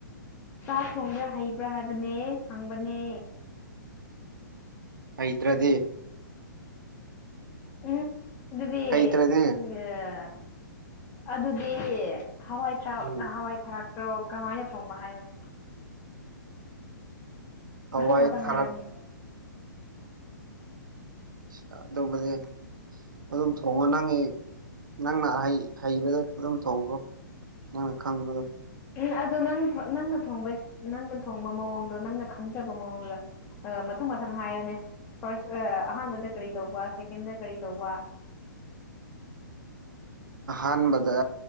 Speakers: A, on the left; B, on the right.
A: ꯆꯥꯛ ꯊꯣꯡꯕ꯭ꯔꯥ ꯍꯩꯕ꯭ꯔꯥ ꯍꯥꯏꯕꯅꯦ ꯍꯪꯕꯅꯦ
B: ꯍꯩꯇ꯭ꯔꯗꯤ
A: ꯎꯝ ꯑꯗꯨꯗꯤ
B: ꯍꯩꯇ꯭ꯔꯗꯤ
A: ꯑꯦ ꯑꯗꯨꯗꯤ ꯍꯋꯥꯏ ꯊ꯭ꯔꯥꯛ
B: ꯎꯝ
A: ꯍꯋꯥꯏ ꯊꯔꯥꯛ ꯄ꯭ꯔꯣ ꯀꯃꯥꯏꯅ ꯊꯣꯡꯕ ꯍꯥꯏꯌꯨꯅꯦ
B: ꯍꯋꯥꯏ
A: ꯃꯊꯪ ꯃꯊꯪ
B: ꯊꯔꯥꯛ
A: ꯍꯥꯏꯌꯨꯅꯦ
B: <unintelligible> ꯑꯗꯨꯝ ꯊꯣꯡꯉꯣ ꯅꯪꯒꯤ ꯅꯪꯅ ꯍꯩ ꯍꯩꯕꯗꯣ ꯑꯗꯨꯝ ꯊꯣꯡꯈꯣ ꯅꯪꯅ ꯈꯪꯕꯗꯣ
A: ꯎꯝ ꯑꯗꯣ ꯅꯪꯅ ꯅꯪꯅ ꯊꯕ ꯏꯁ ꯅꯪꯅ ꯊꯣꯡꯕ ꯃꯑꯣꯡꯗꯣ ꯅꯪꯅ ꯈꯪꯖꯕ ꯃꯑꯣꯡꯗꯨꯗ ꯑꯥ ꯃꯊꯪ ꯃꯊꯪ ꯍꯥꯏꯌꯨꯅꯦ ꯐꯥꯔꯁ ꯑꯍꯥꯟꯕꯗ ꯀꯔꯤ ꯇꯧꯕ ꯁꯦꯀꯦꯟꯗ ꯀꯔꯤ ꯇꯧꯕ
B: ꯑꯍꯥꯟꯕꯗ